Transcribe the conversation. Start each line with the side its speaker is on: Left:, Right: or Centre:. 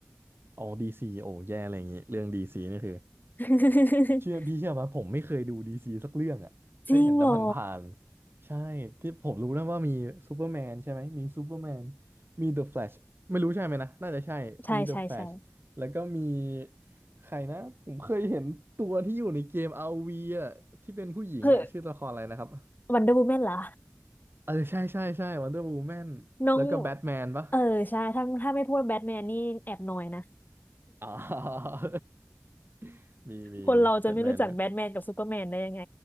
Right: อ๋อดีซีโอ้แย่อะไรอย่างงี้เรื่องดีซีนี่คือ
Left: <laughs>
Right: เชื่อพี่เชื่อว่าผมไม่เคยดูดีซีสักเรื่องอ่ะเคยเห็นแต่ผ่านๆใช่ที่ผมรู้นะว่ามีซูเปอร์แมนใช่ไหมมีซูเปอร์แมน
Left: จริงเหรอ
Right: มีเดอะแฟลชไม่รู้ใช่ไหมนะน่าจะใช่มีเดอะแฟลชแล้วก็มี
Left: ใช่ใช่ใช่
Right: ใครนะผมเคยเห็นตัวที่อยู่ในเกม RV อ่ะที่เป็นผู้หญิงอ่ะชื่อตัวละครอะไรนะครับ
Left: เฮ้ยวันเดอร์วูแมนเหรอ
Right: เออใช่ใช่ใช่วันเดอร์วูแมนแล้วก็แบทแมนปะ
Left: น้องเออใช่ถ้าถ้าไม่พูดแบทแมนนี่แอบหน่อยนะ
Right: อ๋อ <laughs> มีมีมีแบทแมนแล้ว
Left: คนเราจะไม่รู้จักแบทแมนกับซูเปอร์แมนได้ยังไง